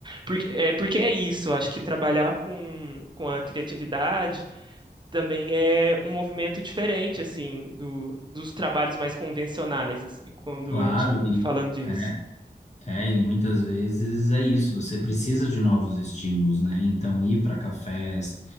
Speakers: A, on the right; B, on the left.
A: Porque é, porque é isso, eu acho que trabalhar com, com a criatividade também é um movimento diferente, assim, do, dos trabalhos mais convencionais, assim, quando
B: Claro,
A: a gente
B: e
A: falando disso.
B: é. É, e muitas vezes é isso, você precisa de novos estímulos, né? Então, ir para cafés,